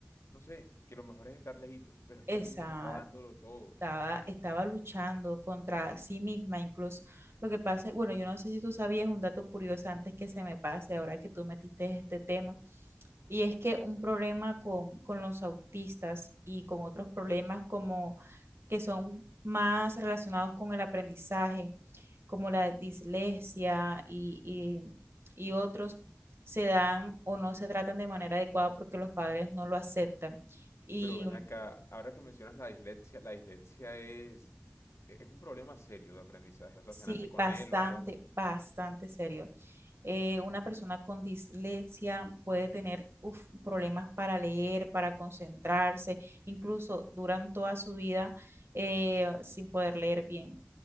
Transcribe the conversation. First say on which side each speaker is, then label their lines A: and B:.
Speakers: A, on the left (about 70°); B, on the right (about 60°).
A: no sé, que lo mejor es estar lejitos, pero esta
B: exacto.
A: niña estaba dándolo todo.
B: estaba, estaba luchando contra sí misma, incluso lo que pasa, bueno, yo no sé si tú sabías un dato curioso antes que se me pase, ahora que tú metiste este tema, y es que un problema con, con los autistas y con otros problemas como que son más relacionados con el aprendizaje, como la dislexia y, y y otros, se dan o no se tratan de manera adecuada porque los padres no lo aceptan. Y
A: Pero ven acá, ahora que mencionas la dislexia, la dislexia es, es un problema serio de aprendizaje, o sea,
B: Sí,
A: ¿se nace con
B: bastante,
A: él o cómo?
B: bastante serio. Eh, una persona con dislexia puede tener uf, problemas para leer, para concentrarse, incluso duran toda su vida eh, sin poder leer bien.